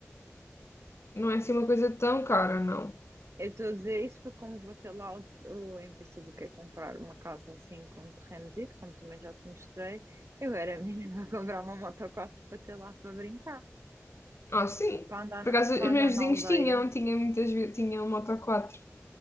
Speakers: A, on the left (about 60°); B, on the right (about 60°).
A: Não é assim uma coisa tão cara, não.
B: Eu estou a dizer isso porque, como vou ter lá, o, o, em princípio, que é comprar uma casa assim com terrenozito, como também já te mostrei, eu era menina a comprar uma Moto 4 para ter lá para brincar,
A: Ah, sim.
B: para andar,
A: Por
B: na-
A: acaso, os
B: para
A: meus
B: andar
A: vizinhos
B: na aldeia.
A: tinham, tinham muitas vezes, tinham um Moto 4.